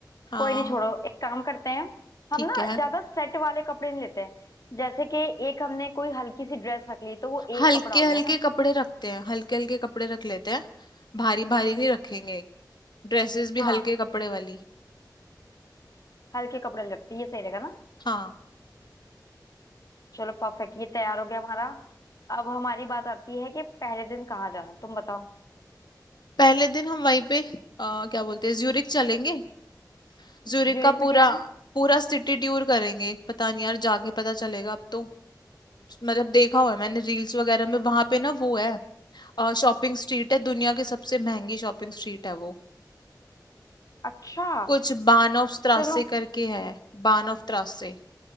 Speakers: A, on the left; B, on the left.
A: हाँ
B: कोई नहीं छोड़ो एक काम करते हैं
A: ठीक
B: हम ना
A: है
B: ज्यादा सेट वाले कपड़े नहीं लेते हैं जैसे कि एक हमने कोई हल्की सी ड्रेस रख ली तो वो
A: हल्के
B: एक कपड़ा हो
A: हल्के
B: गया ना
A: कपड़े रखते हैं हल्के हल्के कपड़े रख लेते हैं भारी भारी नहीं रखेंगे ड्रेसेस
B: हाँ
A: भी हल्के कपड़े वाली
B: हल्के कपड़े लगते ये सही रहेगा ना
A: हाँ
B: चलो परफेक्ट ये तैयार हो गया हमारा अब हमारी बात आती है कि पहले दिन कहाँ जाना तुम बताओ
A: पहले दिन हम वहीं पे अ, क्या बोलते हैं ज्यूरिक चलेंगे ज्यूरिक
B: ज्यूरिख
A: का
B: में
A: पूरा
B: क्या है
A: पूरा सिटी टूर करेंगे पता नहीं यार जाके पता चलेगा अब तो मतलब देखा हुआ है मैंने रील्स वगैरह में वहां पे ना वो है शॉपिंग स्ट्रीट है दुनिया की सबसे महंगी शॉपिंग स्ट्रीट है वो
B: अच्छा
A: कुछ बान ऑफ त्रासे
B: सुनो
A: करके है बान ऑफ त्रासे